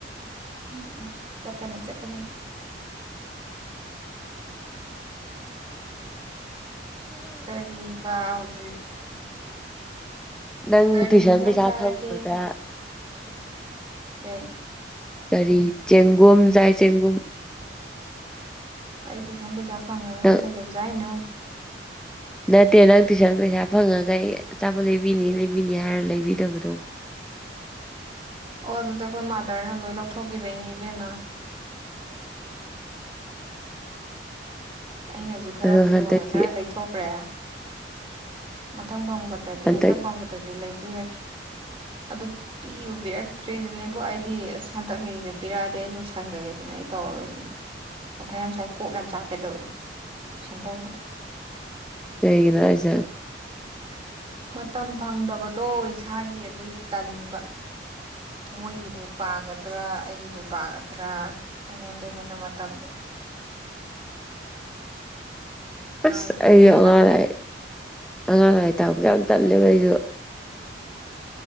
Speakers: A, on the right; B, in the centre.
A: ꯎꯝ ꯆꯠꯀꯅꯤ ꯆꯠꯀꯅꯤ ꯀꯔꯤꯕꯥ ꯍꯧꯖꯤꯛ
B: ꯅꯪ
A: ꯀꯔꯤ
B: ꯇꯨꯏꯁꯟ
A: ꯌꯦꯟꯁꯥꯡ
B: ꯄꯩꯁꯥ
A: ꯆꯥꯔꯒꯦ
B: ꯐꯪꯕꯗ
A: ꯀꯩ
B: ꯀꯔꯤ ꯆꯦꯡꯒꯨꯝ ꯆꯥꯏ ꯆꯦꯡꯒꯨꯝ
A: ꯑꯩ ꯇꯨꯏꯁꯟ ꯄꯩꯁꯥ ꯐꯪꯉꯒ
B: ꯅꯪ
A: ꯀꯩꯗꯧꯖꯦ ꯍꯥꯏꯅꯣ
B: ꯅꯠꯇꯦ ꯅꯪ ꯇꯨꯏꯁꯟ ꯄꯩꯁꯥ ꯐꯪꯉꯒ ꯑꯩ ꯑꯆꯥꯄꯣꯠ ꯂꯩꯕꯤꯅꯤ ꯂꯩꯕꯤꯅꯤ ꯍꯥꯏꯔ ꯂꯩꯕꯤꯗꯕꯗꯣ
A: ꯑꯣ ꯑꯗꯨꯗꯤ ꯑꯩꯈꯣꯏ ꯃꯥꯗꯔꯅ ꯂꯣꯏ ꯂꯧꯊꯣꯛꯈꯤꯕꯩꯅꯦ ꯏꯕꯦꯝꯃ ꯑꯩꯅꯁꯨ ꯈꯔ
B: ꯑꯗꯣ
A: ꯐꯤꯔꯣꯟꯒ
B: ꯍꯟꯗꯛꯀꯤ
A: ꯈꯔ ꯂꯩꯊꯣꯛꯈ꯭ꯔꯦ ꯃꯊꯪ ꯐꯪꯕꯗꯗꯤ
B: ꯍꯟꯗꯛ
A: ꯍꯟꯇꯛ ꯐꯪꯕꯗꯗꯤ ꯂꯩꯕꯤꯔꯒꯦ ꯑꯗꯨ ꯄꯤꯕꯨ ꯄꯤꯔꯛꯇ꯭ꯔꯤꯁꯤꯅꯦꯕꯨ ꯑꯩꯗꯤ ꯍꯟꯇꯛꯀꯤꯁꯦ ꯄꯤꯔꯛꯑꯗꯤ ꯑꯩ ꯂꯣꯏꯁꯟꯈ꯭ꯔꯒꯦꯁꯤꯅꯦ ꯑꯩ ꯇꯧꯔꯔꯣꯏꯁꯦ ꯃꯊꯥꯏ ꯌꯥꯝ ꯁꯥꯏ ꯀꯣꯛ ꯌꯥꯝ ꯆꯥꯛꯀꯦꯇꯧꯋꯦ ꯇꯨꯏꯁꯟꯇꯧꯅꯣ
B: ꯀꯩꯒꯤꯅꯣ ꯍꯥꯏꯖꯦ
A: ꯃꯇꯝ ꯐꯪꯗꯕꯗꯣ ꯏꯁꯥꯒꯤ ꯑꯗꯨꯒꯤ ꯇꯟꯕ ꯃꯣꯏꯒꯤꯕꯨ ꯄꯥꯒꯗ꯭ꯔꯥ ꯑꯩꯒꯤꯕꯨ ꯄꯥꯒꯗ꯭ꯔꯥ ꯑꯩꯉꯣꯟꯗ ꯍꯦꯟꯅ ꯃꯇꯝꯗꯣ <inaudible> ꯅꯨꯡꯉꯥꯏꯇꯦꯕ
B: ꯑꯁ ꯑꯩꯁꯨ ꯑꯉꯥꯡ ꯂꯥꯏ ꯑꯉꯥꯡ ꯂꯥꯏ ꯇꯥꯛꯕꯁ ꯌꯥꯝ ꯇꯜꯂꯦꯕ ꯑꯩꯁꯨ